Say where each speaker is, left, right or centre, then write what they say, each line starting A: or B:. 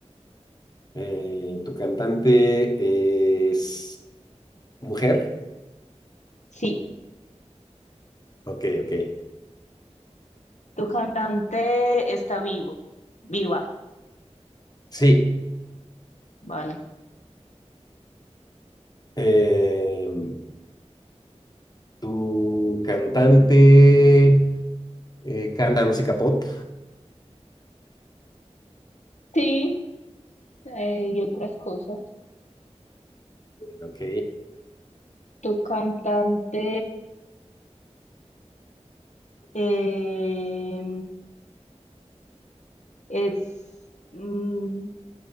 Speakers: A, on the left; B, on the left.
A: Eh, ¿tu cantante es mujer?
B: sí,
A: Ok, ok.
B: tu cantante está vivo, viva,
A: Sí.
B: vale.
A: Em, ¿tu cantante eh, canta música pop?
B: Sí, eh, y otras cosas.
A: Ok.
B: Tu cantante eh, es mm,